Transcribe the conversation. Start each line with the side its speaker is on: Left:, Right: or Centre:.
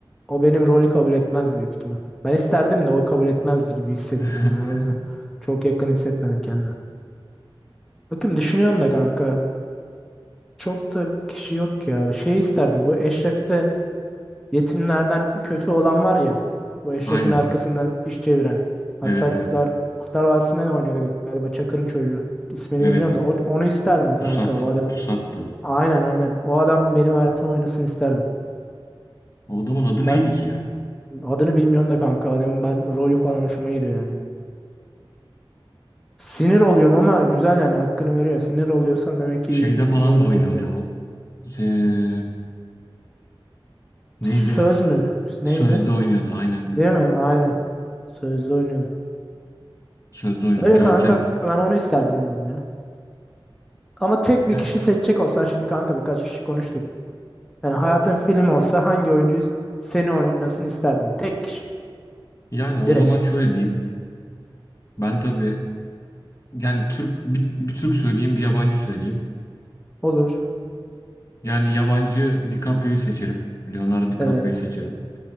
Centre: o benim rolü kabul etmezdi büyük ihtimal. Ben isterdim de o kabul etmezdi gibi hissettim
Left: <laughs>
Centre: ya. O yüzden çok yakın hissetmedim kendimi. Bakayım düşünüyorum da kanka. Çok da kişi yok ya. Şey isterdim bu Eşref'te yetimlerden kötü olan var ya. Bu Eşref'in
Left: Aynen.
Centre: arkasından iş çeviren. Hatta
Left: Evet evet.
Centre: Kurtlar Kurtlar Vadisi'nde de oynuyordu galiba Çakır'ın çocuğu. İsmini
Left: Evet.
Centre: bilmiyorum da o- onu isterdim kanka
Left: Pusat.
Centre: o adam.
Left: Pusattı.
Centre: Aynen aynen. O adam benim hayatımı oynasın isterdim.
Left: O adamın adı
Centre: Ben
Left: neydi ki ya?
Centre: adını bilmiyorum da kanka adamın ben rolü falan hoşuma gidiyor yani. Sinir oluyorum ama güzel yani hakkını veriyor. Sinir oluyorsam demek ki
Left: Şeyde falan
Centre: rolünü
Left: da oynuyordu
Centre: yapıyor.
Left: o. Ee, neydi?
Centre: Söz mü? Neydi?
Left: Sözde oynuyordu aynen.
Centre: Değil mi? Aynen. Sözlü oynuyordu.
Left: Sözde oynuyordu.
Centre: Öyle
Left: Görkem.
Centre: kanka ben onu isterdim ben ya. Ama tek
Left: Yani
Centre: bir kişi seçecek olsan şimdi kanka birkaç kişi konuştuk. Yani hayatın film olsa hangi oyuncu seni oynasın isterdin? Tek kişi.
Left: yani o
Centre: Direkt.
Left: zaman şöyle diyeyim. Ben tabii yani Türk bir, bir Türk söyleyeyim bir yabancı söyleyeyim.
Centre: Olur.
Left: Yani yabancı DiCaprio'yu seçerim. Leonardo DiCaprio'yu
Centre: Evet.
Left: seçerim.